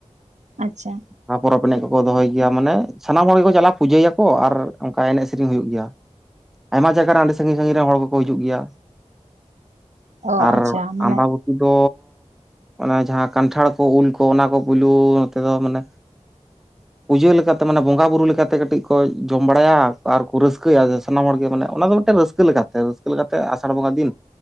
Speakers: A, on the right (about 75°); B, in the centre.
A: ᱟᱪᱪᱷᱟ
B: <unintelligible> ᱯᱚᱨᱚᱵᱽ ᱮᱱᱮᱡᱽ ᱠᱚᱠᱚ ᱫᱚᱦᱚᱭ ᱜᱮᱭᱟ ᱢᱟᱱᱮ ᱥᱟᱱᱟᱢ ᱦᱚᱲ ᱜᱮᱠᱚ ᱪᱟᱞᱟᱜᱼᱟ, ᱯᱩᱡᱟᱹᱭᱟᱠᱚ ᱟᱨ ᱚᱱᱠᱟ ᱮᱱᱮᱡᱽ ᱥᱮᱸᱨᱮᱸᱧ ᱦᱩᱭᱩᱜ ᱜᱮᱭᱟ᱾ ᱟᱭᱢᱟ ᱡᱟᱭᱜᱟ ᱨᱮᱱ ᱚᱸᱰᱮ ᱥᱟᱹᱜᱤᱧ ᱥᱟᱹᱜᱤᱧ ᱨᱮᱱ ᱦᱚᱲ ᱠᱚᱠᱚ ᱦᱤᱡᱩᱜ ᱜᱮᱭᱟ᱾
A: ᱚ
B: ᱟᱨ
A: ᱟᱪᱪᱷᱟ ᱢᱟᱱᱮ
B: ᱟᱸᱵᱟᱸᱵᱩᱛᱤᱼᱼ ᱫᱚ ᱟᱱᱟ ᱡᱟᱸᱦᱟᱸ ᱠᱟᱸᱱᱴᱷᱟᱲ ᱠᱚ ᱩᱞ ᱠᱚ ᱚᱱᱟ ᱠᱚ ᱯᱩᱭᱞᱩ ᱱᱚᱛᱮ ᱫᱚ ᱢᱟᱱᱮᱼᱼ ᱯᱩᱡᱟᱹ ᱞᱮᱠᱟᱛᱮ ᱢᱟᱱᱮ ᱵᱚᱸᱜᱟ ᱵᱩᱨᱩ ᱞᱮᱠᱟᱛᱮ ᱠᱟᱹᱴᱤᱡ ᱠᱚ ᱡᱚᱢ ᱵᱟᱲᱟᱭᱟ ᱟᱨ ᱠᱚ ᱨᱟᱹᱥᱠᱟᱹᱭᱟ ᱥᱟᱱᱟᱢ ᱦᱚᱲᱜᱮ ᱢᱟᱱᱮ ᱚᱱᱟ ᱫᱚ ᱢᱤᱫᱴᱮᱱ ᱨᱟᱹᱥᱼᱼ ᱨᱟᱹᱥᱠᱟᱹ ᱞᱮᱠᱟᱛᱮ ᱨᱟᱹᱥᱠᱟᱹ ᱞᱮᱠᱟᱛᱮ ᱟᱥᱟᱲ ᱵᱚᱸᱜᱟ ᱫᱤᱱ᱾